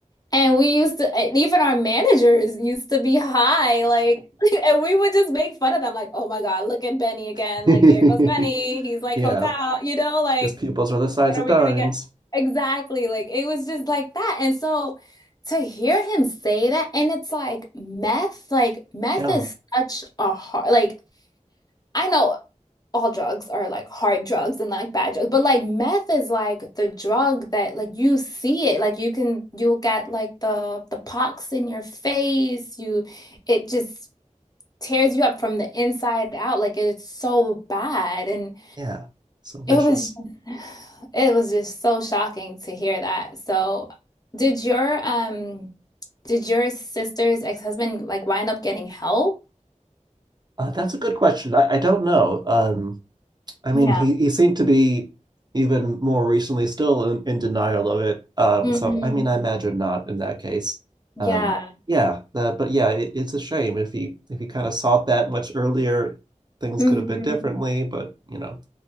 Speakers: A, on the left; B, on the right.
A: and we used to, and even our managers used to be high, like. <laughs> And we would just make fun of them, like, oh my God, look at Benny again.
B: <laughs>
A: Like, here goes Benny. He's like
B: Yeah,
A: coked out, you know, like
B: his pupils are the size
A: what
B: of
A: are we
B: dimes.
A: gonna get? Exactly. Like it was just like that. And so to hear him say that, and it's like meth, like meth
B: Yeah,
A: is such a hard, like I know all drugs are like hard drugs and like bad drugs, but like meth is like the drug that like you see it, like you can you'll get like the the pox in your face. You it just tears you up from the inside out. Like it's so bad. And
B: yeah, so vicious.
A: it was it was just so shocking to hear that. So, did your um did your sister's ex-husband like wind up getting help?
B: Uh, that's a good question. I, I don't know. Um, I mean,
A: Yeah.
B: he, he seemed to be even more recently still in, in denial of it. Um,
A: Mhm.
B: so I mean, I imagine not in that case.
A: Yeah.
B: Um, yeah, uh, but yeah, it, it's a shame if he if he kind of sought that much earlier, things
A: hmm
B: could have been differently. But you know,